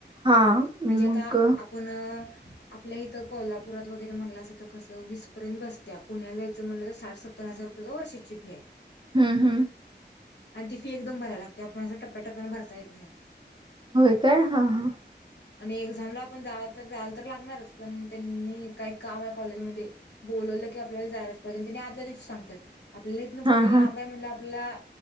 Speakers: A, on the right; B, on the left.
A: हा मग
B: म्हणजे आता आपण आपल्या इथं कोल्हापुरात वगैरे म्हणलं असं तर कसं वीसपर्यंत बसत्या, पुण्यात जायचं म्हटलं तर साठ सत्तर हजार वर्षाची फी आहे.
A: हा हा.
B: आणि ती फी एकदम भरायला लागते, आपण असं टप्प्याटप्याने भरता येत नाही.
A: होय काय? हा हा.
B: आणि एक्झामला आपण जाय तर जायला तर लागणारच. पण त्यांनी काही काम आहे. कॉलेजमध्येध्ये बोलवलं की आपल्याला जायलाच पाहिजे आणि त्यांनी आदल्या दिवशी सांगतात. आपल्याला इथन
A: हा
B: पुणे
A: हा
B: लांब आहे म्हणल्यावर आपल्याला